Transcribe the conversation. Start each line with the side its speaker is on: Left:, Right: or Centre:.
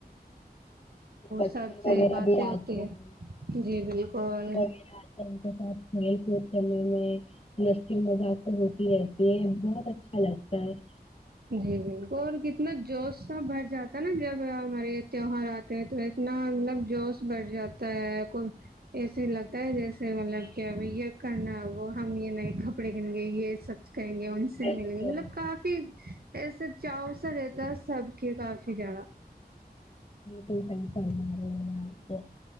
Left: بچے
Right: سب سے
Left: وغیرہ
Right: باتیں
Left: بھی
Right: ہوتی
Left: آتے ہیں
Right: جی بالکل
Left: بچے وغیرہ آتے ان کے ساتھ کھیل کود چلنے میں ج مزہ ہوتی رہتی ہے بہت اچھا لگتا ہے ہ
Right: جی ج اور کتنا جوش سا بڑ جاتا ہے نا جب ہمارے تیوہار آتے ہیں تو اتنا مطلب جوش بڑ جاتا ہے کو ایسے لگتا ہے جیسے مطلب کہ اب یہ کرنا وہ ہم یہ نئے کپڑے گن گے یہ سب کریں گے ان سے
Left: بالکل
Right: ملیں گے مطلب کافی ایسے چاؤ سا رہتا سب کے کافی جیادہ
Left: بالکل صحی پارپدگ الگ